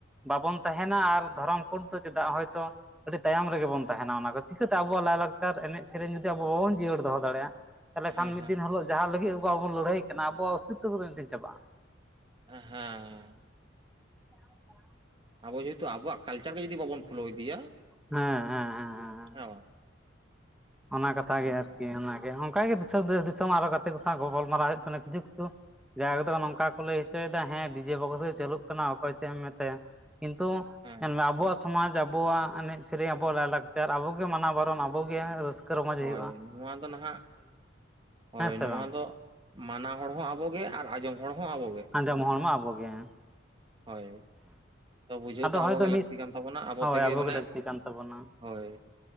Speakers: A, in the centre; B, on the right.
A: ᱵᱟᱵᱚᱱ ᱛᱟᱦᱮᱱᱟ ᱟᱨ ᱫᱷᱚᱨᱚᱢ ᱠᱳᱰ ᱫᱚ ᱪᱮᱫᱟᱜ ᱦᱚᱭᱛᱳ ᱟᱹᱰᱤ ᱛᱟᱭᱚᱢ ᱨᱮᱜᱮ ᱵᱚᱱ ᱛᱟᱦᱮᱱᱟ ᱚᱱᱟ ᱠᱚ ᱪᱤᱠᱟᱹᱛᱮ ᱟᱵᱚᱣᱟᱜ ᱞᱟᱭᱼᱞᱟᱠᱪᱟᱨ ᱮᱱᱮᱡ ᱥᱮᱨᱮᱧ ᱡᱩᱫᱤ ᱟᱵᱚ ᱵᱟᱵᱚᱱ ᱡᱤᱭᱟᱹᱲ ᱫᱚᱦᱚ ᱫᱟᱲᱮᱭᱟᱜᱼᱟ। ᱛᱟᱦᱚᱞᱮ
B: ᱦᱮᱸ
A: ᱠᱷᱟᱱ ᱢᱤᱫ ᱫᱤᱱ ᱦᱤᱞᱳᱜ ᱡᱟᱦᱟᱸ ᱞᱟᱹᱜᱤᱫ ᱟᱵᱚᱵᱚᱱ ᱞᱟᱹᱲᱦᱟᱹᱭ ᱠᱟᱱᱟ ᱟᱵᱚᱣᱟᱜ ᱚᱥᱛᱤᱛᱛᱚ ᱠᱚᱫᱚ ᱢᱤᱫ ᱫᱤᱱ ᱪᱟᱵᱟᱜᱼᱟ।
B: ᱦᱮᱸ
A: ᱡᱟᱦᱟᱸᱭ ᱴᱟᱜ <unintelligible>
B: ᱟᱵᱚ ᱡᱮᱦᱮᱛᱩ ᱟᱵᱚᱣᱟᱜ ᱠᱟᱞᱪᱟᱨ ᱜᱮ ᱡᱩᱫᱤ ᱵᱟᱵᱚᱱ ᱯᱷᱚᱞᱳᱤ ᱫᱤᱭᱟᱼᱼ
A: ᱦᱮᱸ ᱦᱮᱸ ᱦᱮᱸ। ᱦᱮᱸ
B: ᱦᱳᱭ
A: ᱚᱱᱟ ᱠᱟᱛᱷᱟ ᱜᱮ
B: ᱦᱳᱭ
A: ᱟᱨᱠᱤ ᱚᱱᱟᱜᱮ ᱚᱱᱠᱟᱜᱮ ᱫᱤᱥᱚᱢ ᱟᱨᱚ ᱜᱟᱛᱮ ᱠᱚ ᱥᱟᱶ ᱜᱯᱟᱞᱟᱨᱟᱣ ᱦᱩᱭᱩᱜ ᱠᱟᱱᱟ ᱠᱤᱪᱩ ᱠᱤᱪᱷᱩ। ᱡᱟᱭᱜᱟ ᱠᱚᱫᱚ ᱱᱚᱝᱠᱟ ᱠᱚ ᱞᱟᱹᱭ ᱦᱚᱪᱚᱭᱮᱫᱟ ᱦᱮᱸ ᱰᱤᱡᱮ ᱵᱚᱠᱥ ᱨᱮ ᱪᱟᱹᱞᱩᱜ ᱠᱟᱱᱟ ᱚᱠᱚᱭ ᱪᱮᱫ ᱮᱢ ᱢᱮᱛᱟᱭ। ᱠᱤᱱᱛᱩ
B: ᱦᱮᱸ
A: ᱧᱮᱞᱢᱮ ᱟᱵᱚᱣᱟᱜ ᱥᱚᱢᱟᱡᱽ ᱟᱵᱚᱣᱟᱜ ᱮᱱᱮᱡ ᱥᱮᱨᱮᱧ ᱟᱵᱚ ᱞᱟᱭᱼᱞᱟᱠᱪᱟᱨ ᱟᱵᱚ ᱜᱮ ᱢᱟᱱᱟᱣ ᱵᱟᱨᱚᱱ ᱟᱵᱚ ᱜᱮ ᱨᱟᱹᱥᱠᱟᱹᱼᱼ ᱨᱚᱢᱚᱡᱽ
B: ᱦᱳᱭ
A: ᱦᱩᱭᱩᱜᱼᱟ
B: ᱱᱚᱣᱟ ᱫᱚ ᱱᱟᱦᱟᱜᱼᱼ ᱦᱳᱭ
A: ᱦᱮᱸ ᱥᱮ
B: ᱱᱚᱣᱟ
A: ᱵᱟᱝ
B: ᱫᱚ ᱢᱟᱱᱟᱣ ᱦᱚᱲ ᱦᱚᱸ ᱟᱵᱚᱜᱮ ᱟᱨ ᱟᱸᱡᱚᱢ ᱦᱚᱲ ᱦᱚᱸ ᱟᱵᱚᱜᱮ।
A: ᱟᱡᱚᱢ ᱦᱚᱲᱢᱟ ᱟᱵᱚᱜᱮ।
B: ᱦᱳᱭ ᱵᱩᱡᱷᱟᱹᱣ
A: ᱟᱫᱚ
B: ᱫᱚ ᱟᱵᱚᱜᱮ
A: ᱦᱚᱭᱛᱳ
B: ᱞᱟᱹᱠᱛᱤ
A: ᱢᱤᱫ
B: ᱠᱟᱱ ᱛᱟᱵᱚᱱᱟ ᱟᱵᱚ
A: ᱦᱳᱭ
B: ᱛᱮᱜᱮ
A: ᱟᱵᱚᱜᱮ
B: ᱢᱟᱱᱮ
A: ᱞᱟᱹᱠᱛᱤ ᱠᱟᱱ ᱛᱟᱵᱚᱱᱟ
B: ᱦᱳᱭ